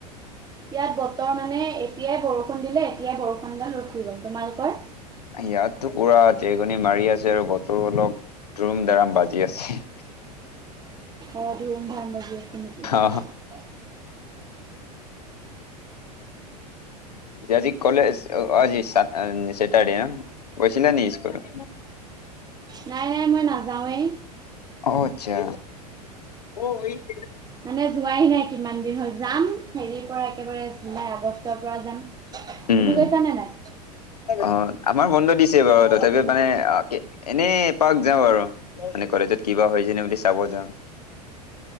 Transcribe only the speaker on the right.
ইয়াত বতৰ মানে এতিয়াই বৰষুণ দিলে এতিয়াই বৰষুণডাল ৰখি গ'ল, তোমালোকৰ?
অ', ধুৰুম ধাৰাম বাজি আছে নেকি?
নাই, নাই মই নাযাওঁয়েই।
মানে যোৱাই নাই কিমান দিন হ'ল, যাম হেৰিৰ পৰা একেবাৰে জুলাই আগষ্টৰ পৰা যাম।
তুমি গৈছানে নাই?